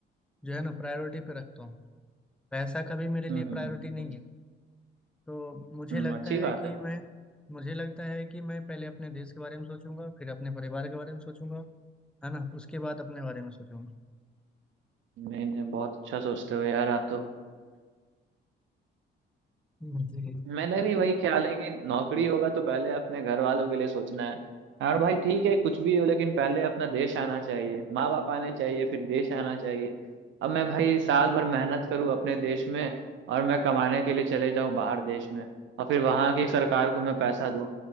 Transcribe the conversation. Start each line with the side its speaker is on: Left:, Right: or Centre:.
Centre: जो है ना प्रायोरिटी पे रखता हूँ पैसा कभी मेरे लिए
Right: हम्म हम्म
Centre: प्रायोरिटी नहीं है तो मुझे
Right: हम्म,
Centre: लगता
Right: अच्छी बात
Centre: है कि
Right: है
Centre: मैं मुझे लगता है कि मैं पहले अपने देश के बारे में सोचूंगा फिर अपने परिवार के बारे में सोचूंगा है ना उसके बाद अपने बारे में सोचूंगा
Right: नहीं नहीं बहुत अच्छा सोचते हो यार आप तो
Centre: जी
Right: मेरा भी वही ख्याल है कि नौकरी होगा तो पहले अपने घर वालों के लिए सोचना है और भाई ठीक है कुछ भी हो लेकिन पहले अपना देश आना चाहिए माँ बाप आने चाहिए फिर देश आना चाहिए अब मैं भाई साल भर मेहनत करूँ अपने देश में और मैं कमाने के लिए चले जाऊँ बाहर देश में और फिर वहां की सरकार को मैं पैसा दूँ